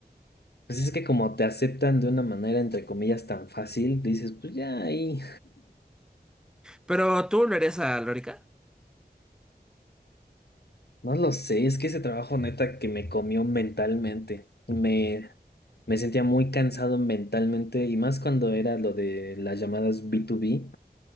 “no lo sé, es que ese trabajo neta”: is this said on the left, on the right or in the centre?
Left